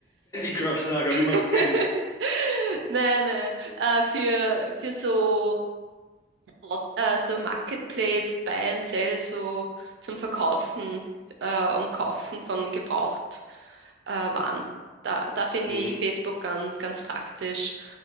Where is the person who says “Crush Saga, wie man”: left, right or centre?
Left